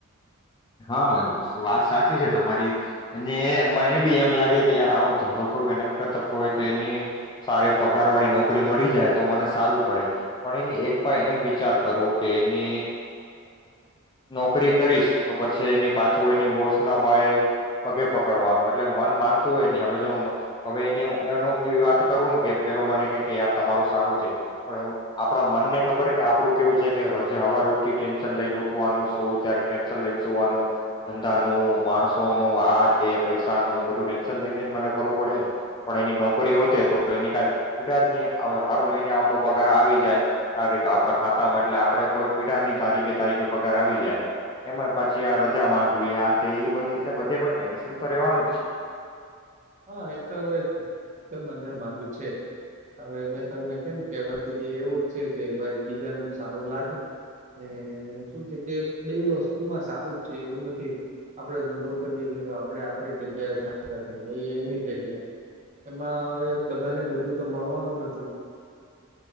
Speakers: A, on the left; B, on the right.
A: હા વાત સાચી છે તમારી, એને મને બી એમ લાગે કે યાર આડો ધંધો કરવું એને તવય કે એની સારે પગાર વાળી નોકરી મળી જાય તો મને સારું પડે, પણ એની એક પ એમ વિચાર કરું કે એની નોકરી કરીશ તો પછી એની પાછું એની બોસના ભાયે પગે પકડવાનું એટલે મન માનતું હોય નહી હવે જો હવે, એની એનું એવી વાત કરું ને કે પેલો મને કે કે યાર તમારું સારું છે, પણ આપણા મનને ખબર કે આપડું કેવું છે કે રોજે સવારે ઉઠી ટેન્શન લઈને ઉઠવાનું શું ત્યારેટે શન લઈને સુવાનું, ધંધાનું માણસોનું આ કે પૈસાનું બધું ટેન્શન લઈને જ મને ફરવું પડે, પણ એની નોકરી હોતે તો એની ક પીડા હર મહિને આપણો પગાર આવી જાય, ત આપણા ખાતામાં એટલે આપણે કોઈ પીડાની તારીખે તારીખે પગાર આવી જાય. એમાં પાછી આ રજા માંગવી આ તે એ બધી એટલે બધે પણ ટેન્શન તો રેવાનું જ છે.
B: હા એ તો હવે તો બંને બાજુ છે હવે મેં તમને કેમ કહેવત કીધી એવું જ છે કે ભાઈ બીજાનું જ સારું લાગે અને શું છે કે બે વસ્તુમાં સારું જ છે એવું નથી આપડે ધંધો કરીએીએ તો આપડે આપણી જગ્યાએ સાા એ એની જગ્યા, એમાં હવે બધાને બધું તો મળવાનું નથી.